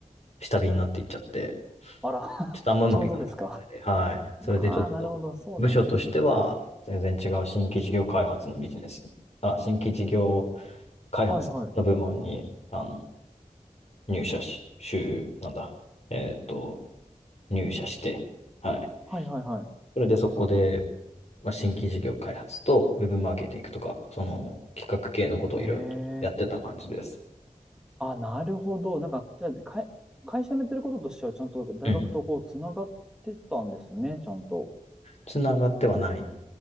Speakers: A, on the left; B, in the centre.
A: 下火になっていっちゃって、
B: あら、
A: ちょっとあんまうまくいかなかったみたいで、
B: <laughs> ちょうどですか。
A: はい、それでちょっと、
B: ああ、なるほど。そうなんですね。
A: 部署としては、全然違う新規事業開発のビジネス、あ、新規事業開発の部門に、
B: はいはい。
A: あの、入社し、週、なんだ、えっと、入社して、はい。
B: はいはいは
A: それでそこでまあ、新規事業開発とウェブマーケティングとか、その企画系のことをいろいろとやってた感じです。
B: い。ええ、あ、なるほど。なんか、じゃあ、かい、会社のやってることとしては、ちゃんと大学とこう、
A: うん。
B: つながってたんですね。ちゃんと。
A: つながってはない。